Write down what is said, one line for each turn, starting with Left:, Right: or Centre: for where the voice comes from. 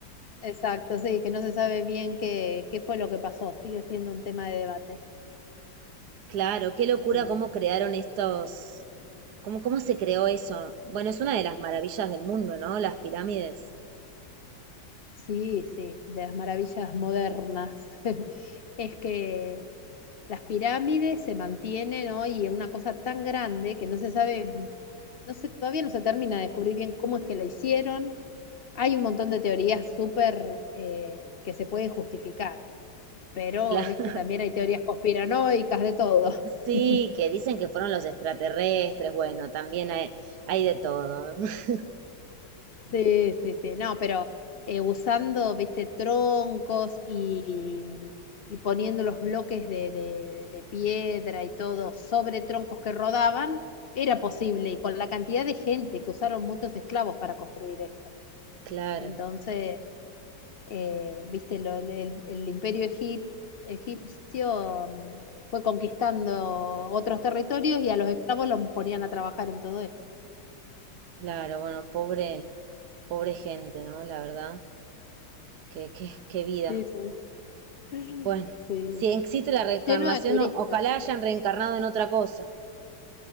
Left: exacto, sí, que no se sabe bien qué, qué fue lo que pasó, sigue siendo un tema de debate.
Right: Claro, qué locura
Left: Sí.
Right: cómo crearon estos, cómo, cómo se creó eso. Bueno, es una de las maravillas del mundo, ¿no? Las pirámides.
Left: Sí, sí, de las maravillas modernas. <laughs> Es que las pirámides se mantienen hoy en una cosa tan grande que no se sabe, no se, todavía no se termina de descubrir bien cómo es que la hicieron. Hay un montón de teorías súper eh, que se pueden justificar, pero,
Right: Claro,
Left: viste,
Right: <laughs>
Left: también hay teorías conspiranoicas de todo.
Right: sí,
Left: <laughs>
Right: que dicen que fueron los extraterrestres. Bueno, también hay, hay de todo. <laughs>
Left: Sí, sí, sí, no, pero eh, usando, viste, troncos y, y poniendo los bloques de, de- de piedra y todo sobre troncos que rodaban, era posible y con la cantidad de gente que usaron muchos esclavos para construir esto.
Right: Claro,
Left: Entonces, eh, viste, lo- el, el imperio egip- egipcio mm, fue conquistando otros territorios y a los esclavos los ponían a trabajar en todo esto.
Right: claro, bueno, pobre, pobre gente, ¿no? La verdad, qué, qué, qué vida.
Left: Sí, sí. <laughs>
Right: Bueno,
Left: Sí,
Right: si existe la reencarnación,
Left: lleno de turistas.
Right: o- ojalá hayan reencarnado en otra cosa.